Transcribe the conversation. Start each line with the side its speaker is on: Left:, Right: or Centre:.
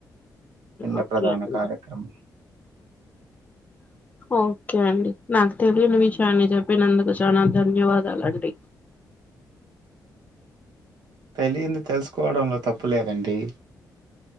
Right: పిండ
Left: ఓకే
Right: ప్రధాన
Left: అండి.
Right: కార్యక్రమం
Left: ఓకే అండి నాక్ తెలియని విషయాన్ని జేప్పినందుకు చాలా ధన్యవాదాలండి
Right: తెలియంది తెలుసుకోవడంలో తప్పు లేదండి